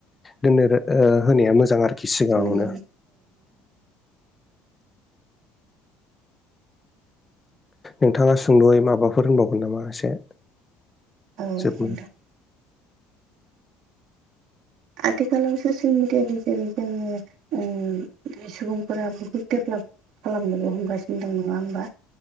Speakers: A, on the left; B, on the right.
A: दोननोरो ओ होनाया मोजां आरोखि सिगाङावनो
B: औ नंगौ नोंथां
A: नोंथाङा सुंद'यै माबाफोर होनबावगोन नामा एसे?
B: ओ
A: जोब
B: नोंथां आथिखालाव ससियेल मिडियानि जेरै जोङो ओ सुबुंफोरा बहुद डेभलप खालामनोबो हमगासिनो दं नङा होमबा?